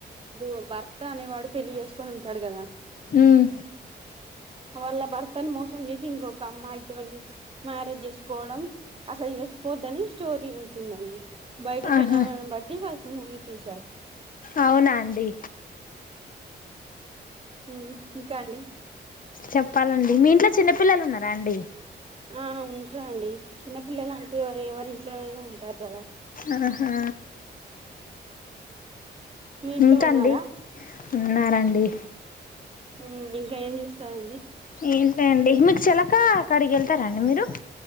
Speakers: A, on the right; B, on the left.
A: ఇప్పుడు భర్త అనేవాడు పెళ్లి చేసుకొని ఉంటాడు కదా
B: హ్మ్
A: వాళ్ళ బర్తను మోసం జేసి ఇంగో ఒక అమ్మాయితోని మ్యారేజ్ చేసుకోవడం అసలు చేసుకోవద్దని స్టోరీ ఉంటుందడి. బయట
B: ఆహా
A: జనాలను బట్టి వాళ్ మూవీ తీసార్
B: అవునా అండి
A: మ్మ్ ఇంకా అండి
B: చెప్పాలండి మీ ఇంట్లో చిన్నపిల్లలు ఉన్నారా అండి
A: ఆ ఉంటరండి చిన్నపిల్లలు అంటే ఎవరు ఎవరి ఇంట్లోనైనా ఉంటారు కదా
B: ఆహా
A: మీ ఇంట్లో
B: ఇంకా
A: ఉన్నారా
B: అండి ఉన్నారండి
A: హ్మ్ ఇంకా ఏం చేస్తారండి
B: ఏంటండి మీకు చెలక అక్కడికి వెళ్తారా అండి మీరు